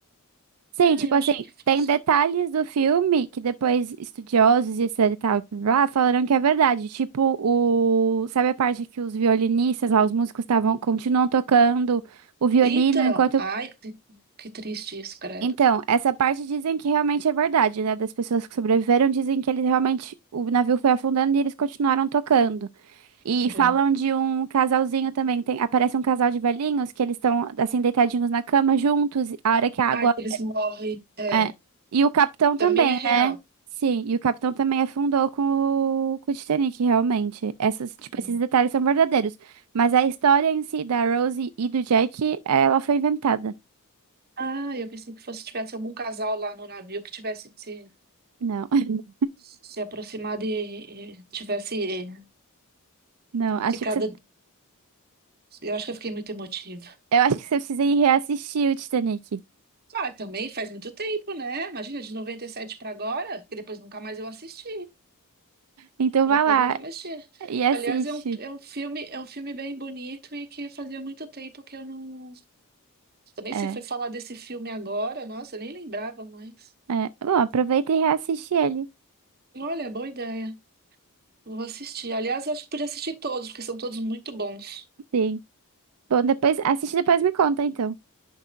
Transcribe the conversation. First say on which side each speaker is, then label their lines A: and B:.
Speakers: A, on the right; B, on the right.
A: Sim,
B: Ah,
A: tipo
B: eu
A: assim,
B: achei que fosse.
A: tem detalhes do filme que depois estudiosos e etc e tal, blá, blá, falaram que é verdade. Tipo, o... sabe a parte que os violinistas lá, os músicos estavam, continuam tocando o violino
B: Então,
A: enquanto...
B: ai, que que triste isso, credo.
A: Então, essa parte dizem que realmente é verdade, né? Das pessoas que sobreviveram dizem que eles realmente, o navio foi afundando e eles continuaram tocando. E falam
B: É.
A: de um casalzinho também, tem, aparece um casal de velhinhos que eles estão assim deitadinhos na cama juntos, a hora que a
B: Ai,
A: água
B: que eles morrem. É,
A: É. E o capitão também,
B: também é real.
A: né? Sim, e o capitão também afundou com o, com o Titanic, realmente. Essas, tipo,
B: Hum.
A: esses detalhes são verdadeiros. Mas a história em si da Rose e do Jack, ela foi inventada.
B: Ah, eu pensei que fosse tivesse algum casal lá no navio que tivesse se,
A: Não, <laughs>
B: se aproximado e, e tivesse é,
A: não, acho
B: ficado.
A: que você,
B: Eu acho que eu fiquei muito emotiva.
A: eu acho que você precisa ir reassistir o Titanic.
B: Ah, também faz muito tempo, né? Imagina, de 97 para agora, porque depois nunca mais eu assisti.
A: Então
B: Por
A: vá
B: acaso
A: lá
B: eu nunca mais assisti.
A: e assiste.
B: Aliás, é um, é um filme, é um filme bem bonito e que fazia muito tempo que eu não Também
A: É,
B: você foi falar desse filme agora, nossa, eu nem lembrava mais.
A: é. Bom, aproveita e reassiste ele.
B: Olha, boa ideia. Vou assistir. Aliás, eu acho que podia assistir todos, porque são todos muito bons.
A: Sim. Bom, depois, assiste e depois me conta, então.